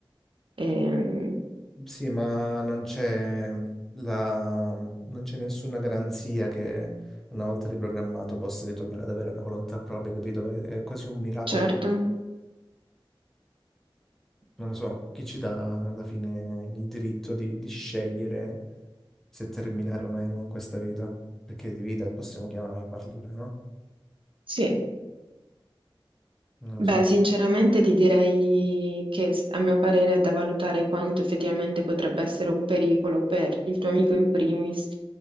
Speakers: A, on the right; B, in the centre.
A: Ehm,
B: Sì, ma non c'è la... non c'è nessuna garanzia che una volta riprogrammato possa ritornare ad avere una volontà propria, capito? È, è quasi un miracolo.
A: certo,
B: Non lo so, chi ci dà alla fine il diritto di, di scegliere se terminare o meno questa vita? Perché di vita possiamo chiamare, parlare, no?
A: sì.
B: Non lo
A: Beh,
B: so.
A: sinceramente ti direi che s- a mio parere è da valutare quanto effettivamente potrebbe essere un pericolo per il tuo amico in primis,